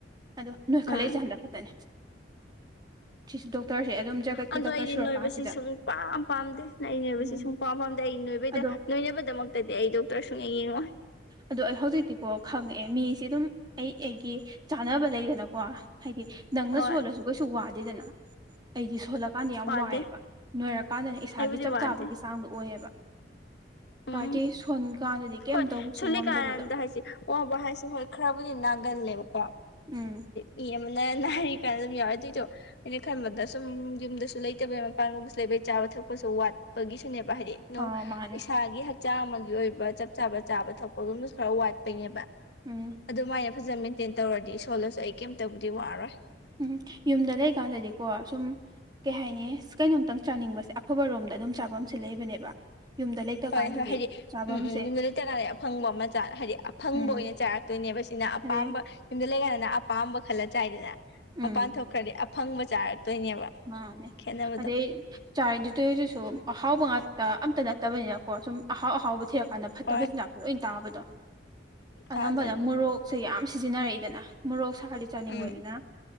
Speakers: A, on the right; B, on the left.
A: ꯑꯗꯣ ꯅꯣꯏ ꯈꯜꯂꯛꯏꯁꯦ
B: ꯎꯝ
A: ꯍꯟꯗꯛ ꯈꯛꯇꯅꯦ ꯁꯤꯁꯨ ꯗꯣꯛꯇꯔꯁꯦ ꯑꯗꯨꯝ ꯖꯒꯠꯀꯤ
B: ꯑꯗꯣ
A: ꯗꯣꯛꯇꯔ
B: ꯑꯩꯗꯤ
A: ꯁꯨꯔꯀꯥꯟꯁꯤꯗ
B: ꯅꯣꯏꯕꯁꯤ ꯁꯨꯡ ꯄꯥꯝ ꯄꯥꯝꯗꯦ ꯅ ꯑꯩ ꯅꯣꯏꯕꯁꯤ
A: ꯎꯝ
B: ꯁꯨꯡ ꯄꯥꯝ ꯄꯥꯝꯗ ꯑꯩ ꯅꯣꯏꯕꯩꯗ
A: ꯑꯗꯣ
B: ꯅꯣꯏꯅꯕꯗꯃꯛꯇꯗꯤ ꯑꯩ ꯗꯣꯛꯇꯔ ꯁꯨꯡꯉ ꯌꯦꯡꯉꯣ
A: ꯑꯗ ꯑꯩ ꯍꯧꯖꯤꯛꯇꯤꯀꯣ ꯈꯪꯉꯛꯑꯦ ꯃꯤꯁꯤꯦ ꯑꯗꯨꯝ ꯑꯩ ꯑꯩꯒꯤ ꯆꯥꯅꯕ ꯂꯩꯗꯅꯀꯣ ꯍꯥꯏꯗꯤ ꯅꯪꯅ
B: ꯍꯣꯏ
A: ꯁꯣꯜꯂꯁꯨ ꯀꯩꯁꯨ ꯋꯥꯗꯦꯗꯅ ꯑꯩꯗꯤ ꯁꯣꯜꯂꯀꯥꯟꯗ ꯌꯥꯝ
B: ꯋꯥꯗꯦ
A: ꯋꯥꯏꯑꯦꯕ ꯅꯣꯏꯔꯀꯥꯟꯗꯅ ꯏꯁꯥꯒꯤ
B: ꯑꯩꯕꯨꯗꯤ
A: ꯆꯞ
B: ꯋꯥꯗꯦ
A: ꯆꯥꯕꯒꯤ ꯍꯛꯆꯥꯡꯗ ꯑꯣꯏꯌꯦꯕ ꯀꯥꯏꯗꯒꯤꯩ
B: ꯎꯝ
A: ꯁꯣꯟ ꯀꯥꯟꯗꯗꯤ ꯀꯩꯝ
B: ꯍꯣꯏ
A: ꯇꯧꯕꯁꯨ
B: ꯁꯨꯂꯤꯀꯥꯅꯟꯗ
A: ꯉꯝꯗꯕꯗꯣ
B: ꯍꯥꯏꯁꯤꯦ ꯑꯣꯕ ꯍꯥꯏꯁꯤ ꯍꯣꯏ ꯈꯔꯕꯨꯗꯤ ꯅꯥꯒꯜꯂꯦꯕꯀꯣ
A: ꯎꯝ
B: ꯃꯤ ꯑꯃꯅ ꯅꯥꯔꯤ ꯀꯥꯟꯅ ꯑꯗꯨꯝ ꯌꯥꯎꯋꯦ ꯑꯗꯨꯣꯏꯗꯣ ꯑꯩꯅ ꯈꯟꯕꯗ ꯁꯨꯝ ꯌꯨꯝꯗꯁꯨ ꯂꯩꯇꯕꯩ ꯃꯄꯥꯟꯒꯨꯝꯕꯁꯨ ꯂꯩꯕꯩ ꯆꯥꯕ ꯊꯛꯄꯁꯨ ꯋꯥꯠꯄꯒꯤꯁꯨꯅꯦꯕ ꯍꯥꯏꯗꯤ
A: ꯑꯥ ꯃꯥꯅꯦ
B: ꯏꯁꯥꯒꯤ ꯍꯛꯆꯥꯡ ꯑꯃꯒꯤ ꯑꯣꯏꯕ ꯆꯞ ꯆꯥꯕ ꯆꯥꯕ ꯊꯛꯄꯒꯨꯝꯕꯁꯨ ꯈꯔ ꯋꯥꯠꯄꯩꯅꯦꯕ
A: ꯎꯝ
B: ꯑꯗꯨꯃꯥꯏꯅ ꯐꯖꯅ ꯃꯦꯟꯇꯦꯟ ꯇꯧꯔꯗꯤ ꯏꯁꯣꯜꯂꯁꯨ ꯑꯩ ꯀꯩꯝꯇꯕꯨꯗꯤ ꯋꯥꯔꯣꯏ
A: ꯎꯝ ꯌꯨꯝꯗ ꯂꯩꯀꯥꯟꯗꯗꯤꯀꯣ ꯁꯨꯝ ꯀꯩ ꯍꯥꯏꯅꯤ ꯀꯩꯅꯣꯝꯇꯪ ꯆꯥꯅꯤꯡꯕꯁꯦ ꯑꯐꯕꯔꯣꯝꯗ ꯑꯗꯨꯝ ꯆꯥꯕꯁꯦ ꯂꯩꯕꯅꯦꯕ ꯌꯨꯝꯗ ꯂꯩꯇꯀꯥꯟꯗꯗꯤ
B: ꯍꯣꯏ ꯍꯣꯏ ꯍꯥꯏꯗꯤ
A: ꯆꯥꯐꯝꯁꯦ
B: ꯎꯝ ꯎꯝ ꯌꯨꯝꯗ ꯂꯩꯇꯀꯥꯏꯗ ꯑꯐꯪꯕ ꯑꯃꯆꯥ ꯍꯥꯏꯗꯤ ꯑꯐꯪꯕ
A: ꯎꯝ
B: ꯑꯣꯏꯅ ꯆꯥꯔꯛꯇꯣꯏꯅꯦꯕ ꯁꯤꯅ ꯑꯄꯥꯝꯕ
A: ꯑꯗꯩ
B: ꯌꯨꯝꯗ ꯂꯩꯀꯥꯟꯗꯅ ꯑꯄꯥꯝꯕ ꯈꯜꯂ ꯆꯥꯏꯗꯅ
A: ꯎꯝ
B: ꯃꯄꯥꯟ ꯊꯣꯛ ꯈ꯭ꯔꯗꯤ ꯑꯐꯪꯕ ꯆꯥꯔꯛꯇꯣꯏꯅꯦꯕ
A: ꯃꯥꯅꯦꯅꯦ
B: ꯈꯦꯠꯅꯕꯗꯣ
A: ꯑꯗꯦ ꯆꯥꯔꯤꯩꯗꯨ ꯇꯣꯏꯗꯨꯁꯨ ꯑꯍꯥꯎꯕ ꯉꯥꯛꯇ ꯑꯝꯇ ꯅꯠꯇꯕꯅꯤꯅꯀꯣ ꯁꯨꯝ ꯑꯍꯥꯎ ꯑꯍꯥꯎꯕ ꯊꯤꯔꯛꯀꯥꯟꯗ ꯐꯠꯇꯕ
B: ꯍꯣꯏ
A: ꯆꯤꯟꯖꯥꯛꯇ ꯂꯣꯏ ꯇꯥꯕꯗꯣ
B: ꯇꯥꯗꯣꯏꯅꯤ
A: ꯑꯅꯝꯕꯅ ꯃꯣꯔꯣꯛꯁꯦ ꯌꯥꯝ ꯁꯤꯖꯤꯟꯅꯔꯛꯏꯗꯅ ꯃꯣꯔꯣꯛ ꯁꯥꯜꯂꯤ ꯆꯥꯅꯤꯡꯕꯅꯤꯅ
B: ꯎꯝ